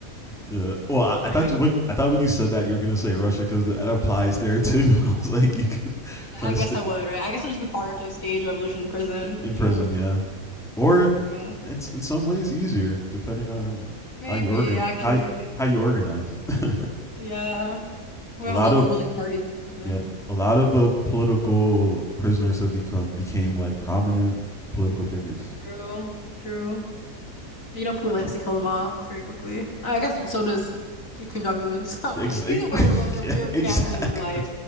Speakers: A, in the centre; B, on the left.
A: yeah. Well, I, I
B: Okay.
A: thought you, when I thought when you said that you were gonna say Russia because that applies there too. <laughs> I was like, you could try
B: I
A: to
B: guess
A: stay
B: I would, right? I guess it would just be harder to stage a revolution in prison,
A: in
B: you
A: prison,
B: know?
A: yeah, or
B: Yeah.
A: it's in some ways easier depending on
B: Maybe,
A: how you organ
B: actually.
A: how how you organize. <laughs>
B: Yeah. We have
A: a lot
B: a lot
A: of
B: more ruling parties in prison.
A: Yeah, a lot of uh, political prisoners have become became like prominent political figures.
B: True. True. You know, Putin likes
A: Uh,
B: to kill them off very quickly. I guess so does Kim Jong-un. <laughs> So
A: ex-
B: either way,
A: <laughs>
B: we're both, you're,
A: yeah,
B: you're
A: exactly.
B: gambling with your life.
A: <laughs>